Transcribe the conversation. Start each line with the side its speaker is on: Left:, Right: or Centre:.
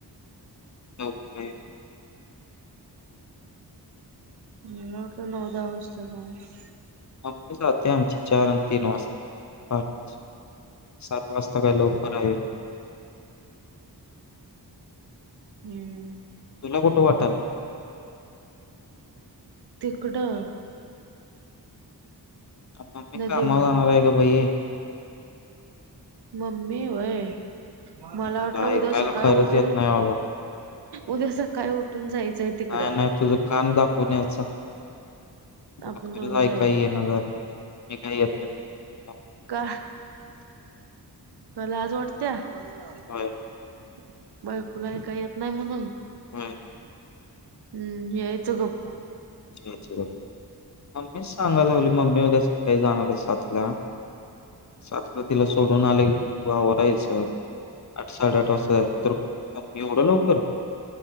Left: <unintelligible>
Right: मला वाटं नऊ दहा वासतं जाणाइस.
Left: मम्मी जात्या आमची चार आणि तीन वाजता. पहाटचं. सात वाजता काय लवकर आहे.
Right: हम्म.
Left: तूला कुटं वाटालंय?
Right: तिकडं.
Left: मम्मी
Right: नदीवर
Left: कामावर जाणार हाय ग बाई.
Right: मम्मी होय. मला
Left: तुला
Right: वाटलं उद्या
Left: ऐकायला
Right: सकाळी
Left: खरंच
Right: उठून,
Left: येत नाही बाबा.
Right: उद्या सकाळी उठून जायचंय तिकडं.
Left: नाही नाही तुझं कान दाखवून यायचा. तुला
Right: आपण
Left: खरच
Right: दोघं जाऊया
Left: ऐकायला येन झालं, मी काय येत नाही. तुला.
Right: का? का लाज वाटत्या? <unintelligible>
Left: होय
Right: बायकुला ऐकाय येत नाही म्हणून.
Left: व्हय
Right: हम्म यायचं गप्प.
Left: <unintelligible> म मीच सांगा लागलोय मम्मी उद्या सकाळीं जाणार आय सातला, सातला तिला सोडून आलं की. व आवरायचं, आठ साडे आठ. तसाय तर मी एवढ्या लवकर?